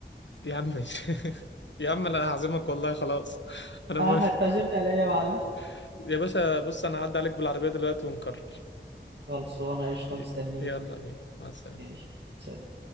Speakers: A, on the left (about 80°); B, on the right (about 70°).
A: يا عم ماشي <laughs> يا عم انا هعزمك والله خلاص انا
B: اه
A: موافق
B: هتعزمني على ايه يا معلم
A: <laughs> يا باشا بص انا هعدي عليك بالعربية دلوقتي ونكرر
B: خلصانة قشطة
A: ي-
B: مستنيك
A: يلا بينا مع السلامة
B: ماشي سلام